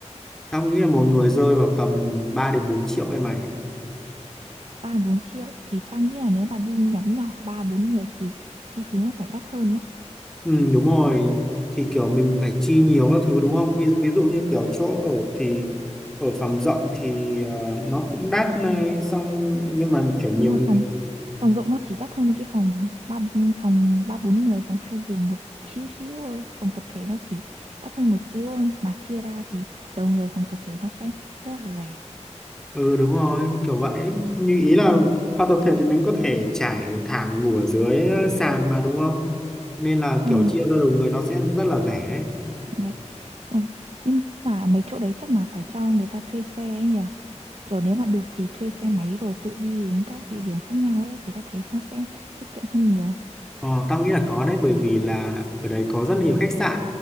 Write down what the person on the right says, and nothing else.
ba bốn triệu thì tao nghĩ là nếu mà đi nhóm nhỏ ba bốn người thì chi phí nó phải đắt hơn đấy
đúng rồi
phòng phòng rộng nó chỉ đắt hơn cái phòng ba phòng ba bốn người phòng hai giường một xíu xíu thôi phòng tập thể nó chỉ đắt hơn một xíu thôi mà chia ra thì đầu người phòng tập thể nó sẽ rất là rẻ
ừ
đấy không nhưng mà mấy chỗ đấy chắc là phải cho người ta thuê xe ấy nhỉ kiểu nếu mà được thì thuê xe máy rồi tự đi đến các địa điểm khác nhau ấy thì ta thấy nó sẽ tiết kiệm hơn nhiều